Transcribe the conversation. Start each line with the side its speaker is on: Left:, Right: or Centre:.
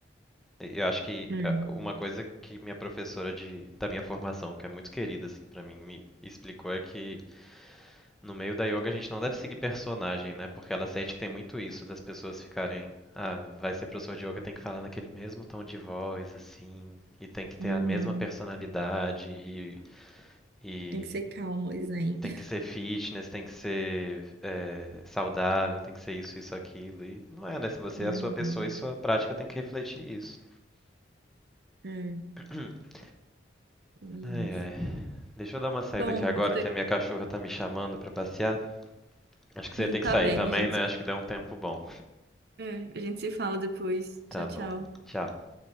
Centre: é. E Eu acho que
Right: é.
Centre: é, uma coisa que minha professora de, da minha formação, que é muito querida, assim, pra mim, me explicou é que no meio da yoga a gente não deve seguir personagem, né? Porque ela sente que tem muito isso das pessoas ficarem, ah, vai ser professor de yoga, tem que falar naquele mesmo tom de voz, assim, e tem que ter
Right: Uhum.
Centre: a mesma personalidade e e
Right: Tem que ser calmo, Isaim.
Centre: tem
Right: <laughs>
Centre: que ser fitness, tem que ser eh, saudável, tem que ser isso, isso, aquilo. E não é, né? Se você
Right: Uhum.
Centre: é a sua pessoa e sua prática tem que refletir isso.
Right: É,
Centre: <clears throat>
Right: também
Centre: Ai,
Right: acho.
Centre: ai. Deixa eu dar uma saída
Right: Bom,
Centre: aqui agora
Right: eu vou ter...
Centre: que a minha cachorra tá me chamando pra passear. Acho que você
Right: Hum,
Centre: ia ter que
Right: Tá
Centre: sair
Right: bem,
Centre: também,
Right: a gente
Centre: né?
Right: se...
Centre: Acho que deu um tempo bom.
Right: é, a gente se fala depois.
Centre: Tá
Right: Tchau,
Centre: bom.
Right: tchau.
Centre: Tchau.